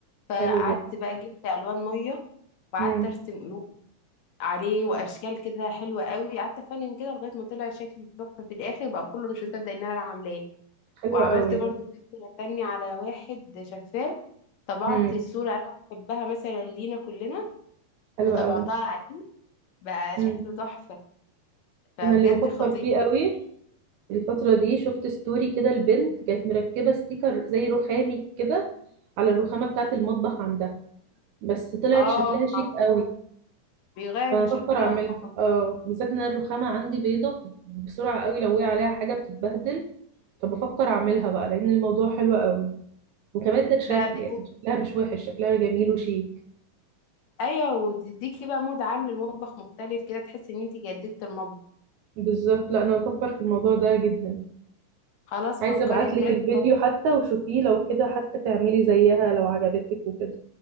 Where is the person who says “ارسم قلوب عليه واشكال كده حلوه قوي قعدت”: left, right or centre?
Left